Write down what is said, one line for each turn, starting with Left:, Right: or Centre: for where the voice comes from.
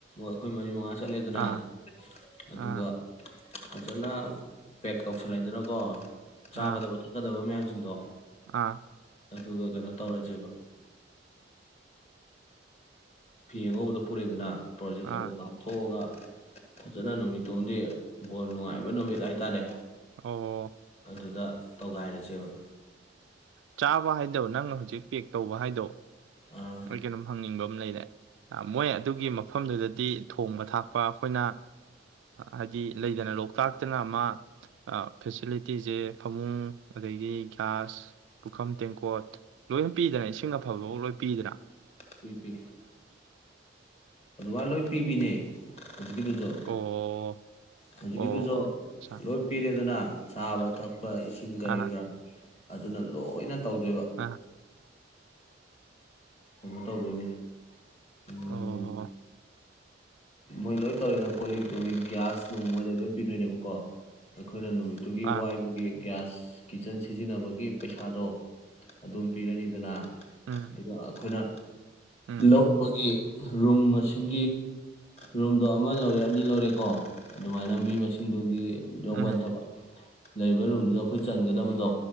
Left: ꯑꯩꯈꯣꯏ ꯃꯔꯤ ꯃꯉꯥ ꯆꯠꯂꯦꯗꯅ
Right: ꯑꯥ
Left: ꯑꯗꯨꯒ
Right: ꯑꯥ
Left: ꯐꯖꯅ ꯄꯦꯛ ꯇꯧꯁꯜꯂꯦꯗꯅꯀꯣ ꯆꯥꯒꯗꯕ
Right: ꯑꯥ
Left: ꯊꯛꯀꯗꯕ ꯃꯌꯥꯝꯁ ꯁꯤꯁꯤꯡꯗꯣ
Right: ꯑꯥ
Left: ꯑꯗꯨꯒ ꯀꯩꯅꯣ ꯇꯧꯔꯁꯦꯕ ꯐꯤ ꯑꯉꯧꯕꯗ ꯄꯨꯔꯛꯦꯗꯅ ꯄ꯭ꯔꯣꯖꯦꯛꯁ
Right: ꯑꯥ
Left: ꯑꯗꯣ ꯀꯥꯞꯊꯣꯛꯑꯒ ꯐꯖꯅ ꯅꯨꯃꯤꯠꯇꯣꯡꯗꯤ ꯕꯣꯜ ꯅꯨꯡꯉꯥꯏꯕ ꯅꯨꯃꯤꯠ ꯍꯥꯏꯇꯥꯔꯦ
Right: ꯑꯣ
Left: ꯑꯗꯨꯗ ꯇꯣꯒꯥꯏꯔꯁꯦꯕ
Right: ꯆꯥꯕ ꯍꯥꯏꯗ ꯅꯪꯅ ꯍꯧꯖꯤꯛ ꯄꯦꯛ ꯇꯧꯕ ꯍꯥꯏꯗꯣ
Left: ꯑꯥ
Right: ꯑꯩꯣꯏ ꯀꯩꯅꯣꯝ ꯍꯪꯅꯤꯡꯕ ꯑꯃ ꯂꯩꯔꯦ ꯃꯣꯏ ꯑꯗꯨꯒꯤ ꯃꯐꯝꯗꯨꯗꯗꯤ ꯊꯣꯡꯕ ꯊꯥꯛꯄ ꯑꯩꯈꯣꯏꯅ ꯍꯥꯏꯗꯤ ꯂꯩꯗꯅ ꯂꯣꯛꯇꯥꯛꯇꯅ ꯑꯃ ꯐꯦꯁꯤꯂꯤꯇꯤꯁꯦ ꯐꯃꯨꯡ ꯑꯗꯒꯤ ꯒ꯭ꯌꯥꯁ ꯄꯨꯈꯝ ꯇꯦꯡꯀꯣꯠ ꯂꯣꯏꯅ ꯄꯤꯗꯅ ꯏꯁꯤꯡ ꯑꯐꯕꯐꯥꯎ ꯂꯣꯏ ꯄꯤꯗ꯭ꯔꯥ
Left: ꯄ ꯄ ꯑꯗꯨꯃꯥꯏꯅ ꯂꯣꯏ ꯄꯤꯕꯤꯅꯦ ꯍꯧꯖꯤꯛꯀꯤꯗꯨꯁꯨ
Right: ꯑꯣ
Left: ꯍꯧꯖꯤꯛꯀꯤꯗꯨꯁꯨ
Right: ꯑꯣ ꯑꯆꯥ
Left: ꯂꯣꯏ ꯄꯤꯔꯦꯗꯅ ꯁꯥꯕꯊ ꯏꯁꯤꯡ ꯀꯒꯥꯔꯤ
Right: ꯑꯥ
Left: ꯈ ꯑꯗꯨꯅ ꯂꯣꯏꯅ ꯇꯧꯗꯣꯏꯕ
Right: ꯑꯥ
Left: ꯀꯩꯅꯣ ꯇꯧꯗꯣꯏꯅꯤ ꯎꯝ
Right: ꯑꯣ
Left: ꯃꯣꯏ ꯂꯣꯏ ꯇꯧꯔꯤꯅ ꯀꯣꯜ ꯂꯤꯛ ꯅꯨꯡꯒꯤ ꯒ꯭ꯌꯥꯁ ꯅꯨꯡ ꯃꯣꯏꯗ ꯂꯣꯏ ꯄꯤꯗꯣꯏꯅꯦꯕꯀꯣ ꯑꯩꯈꯣꯏꯅ ꯅꯨꯃꯤꯠꯇꯨꯒꯤ
Right: ꯑꯥ
Left: ꯋꯥꯏꯕꯒꯤ ꯒ꯭ꯌꯥꯁ ꯀꯤꯠꯆꯟ ꯁꯤꯖꯤꯟꯅꯕꯒꯤ ꯄꯩꯁꯥꯗꯣ ꯑꯗꯨꯝ ꯄꯤꯔꯅꯤꯗꯅ
Right: ꯎꯝ
Left: ꯑꯗꯨꯒ ꯑꯩꯈꯣꯏꯅ
Right: ꯎꯝ
Left: ꯂꯧꯕꯒꯤ ꯔꯨꯝ ꯃꯁꯤꯡ ꯔꯨꯝꯗꯣ ꯑꯃ ꯂꯧꯔꯦꯑꯅꯤ ꯂꯧꯔꯦꯀꯣ ꯑꯗꯨꯃꯥꯏꯅ ꯃꯤ ꯃꯁꯤꯡꯗꯨꯒꯤ ꯌꯣꯕꯟ
Right: ꯎꯝ
Left: ꯊꯕ ꯂꯩꯔꯤꯕ ꯔꯨꯝꯗꯨꯗ ꯑꯩꯈꯣꯏ ꯆꯟꯒꯗꯕꯗꯣ